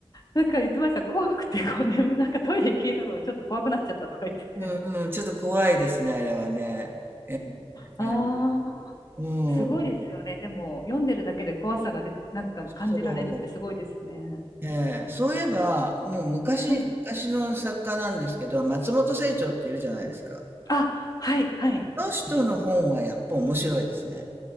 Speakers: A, on the left; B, on the right.
A: なんか言ってました。怖くて、こう眠、<laughs> なんかトイレ消えるのがちょっと怖くなっちゃったとか言ってて。
B: うんうん、ちょっと怖いですね、あれはね。
A: ああ、
B: えうん。
A: すごいですよね。でも、読んでるだけで怖さがで、なんか感じられるってすごいですね。
B: そう。ええ、そういえば、もう昔、
A: うん
B: 昔の作家なんですけど、松本清張っているじゃないですか。
A: あ、はい、はい。
B: あの人の本はやっぱ面白いですね。